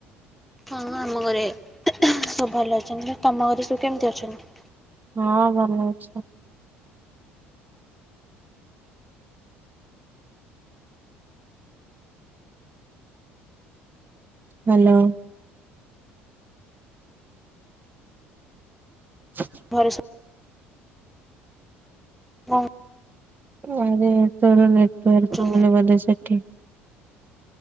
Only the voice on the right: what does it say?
ହଁ ଭଲ ଅଛ। ହ୍ୟାଲୋ <inaudible>
ଆରେ ତୋର ନେଟୱାର୍କ
ବୋଧେ ସେଠି